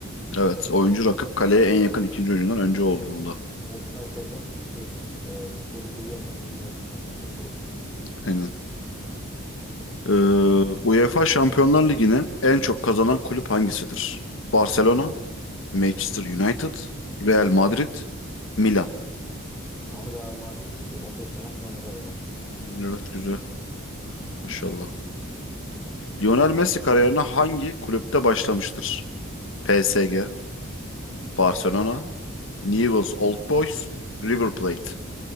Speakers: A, on the left; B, in the centre.
A: Evet, oyuncu rakip kaleye en yakın ikinci oyuncudan önce olduğunda.
B: Offside zaten şeydir. Ee, futbolu biliyor musun, bilmiyor musun hakkında sorulur.
A: Aynen. Ee, UEFA Şampiyonlar Ligi'ne en çok kazanan kulüp hangisidir? Barcelona, Manchester United, Real Madrid, Milan.
B: Şu an Real Madrid bir 15 tane kazandı galiba.
A: Evet, güzel. Maşallah. Lionel Messi kariyerine hangi kulüpte başlamıştır? PSG, Barcelona, Newell's Old Boys, River Plate.